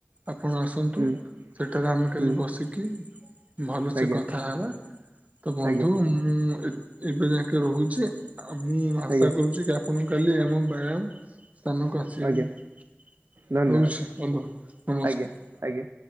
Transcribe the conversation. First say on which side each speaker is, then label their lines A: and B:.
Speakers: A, on the right; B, on the right.
A: ଆପଣ ଆସନ୍ତୁ
B: ହୁଁ
A: ସେଠାରେ ଆମେ କାଲି
B: ହୁଁ
A: ବସିକି ଭଲସେ
B: ଆଜ୍ଞା
A: କଥା ହେବା। ତ ବନ୍ଧୁ
B: ଆଜ୍ଞା
A: ମୁଁ ଏବେ ଯାକେ ରହୁଛି ଆଉ ମୁଁ ଆଶା
B: ଆଜ୍ଞା
A: କରୁଛି କି ଆପଣ କାଲି ଆମ ବ୍ୟାୟାମ ସ୍ଥାନକୁ ଆସିବେ
B: ଆଜ୍ଞା
A: ବୋଲି
B: ଧନ୍ୟବାଦ
A: ରହୁଛି ବନ୍ଧ ନମସ୍କାର।
B: ଆଜ୍ଞା ଆଜ୍ଞା